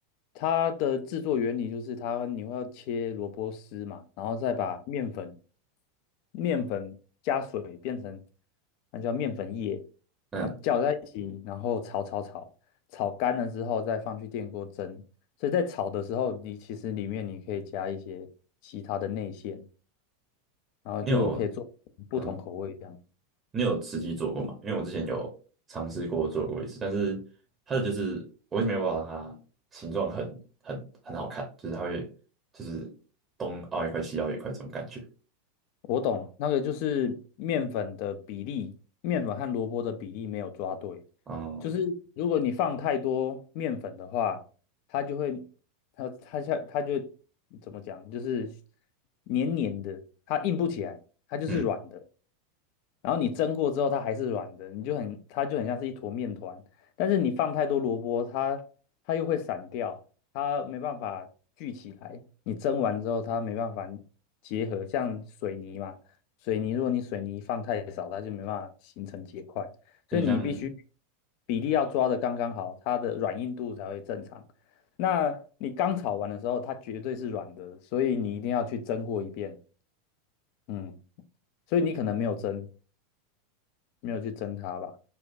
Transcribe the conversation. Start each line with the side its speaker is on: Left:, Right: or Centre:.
Left: 它的制作原理就是它你会要切萝卜丝嘛，然后再把面粉面粉加水变成那叫面粉液，
Right: 嗯，
Left: 然后搅在一起，然后炒炒炒，炒干了之后再放去电锅蒸。所以在炒的时候，你其实里面你可以加一些其他的内馅。然后就可以做不同口味这样。
Right: 你有嗯，你有实际做过吗？因为我之前有尝试过做过一次，但是它的就是我一直没有办法让它形状很很很好看，就是它会就是东凹一块西凹一块这种感觉。
Left: 我懂，那个就是面粉的比例，面粉和萝卜的比例没有抓对，
Right: 嗯
Left: 就是如果你放太多面粉的话，它就会，它它像它就怎么讲，就是黏黏的，它硬不起来，它就是软的。
Right: 嗯，
Left: 然后你蒸过之后，它还是软的，你就很，它就很像是一坨面团。但是你放太多萝卜，它它又会散掉，它没办法聚起来，你蒸完之后它没办法结合，像水泥嘛，水泥如果你水泥放太少，它就没办法形成结块，所以你必须
Right: 有点像
Left: 比例要抓的刚刚好，它的软硬度才会正常。那你刚炒完的时候，它绝对是软的，所以你一定要去蒸过一遍，嗯，所以你可能没有蒸，没有去蒸它吧。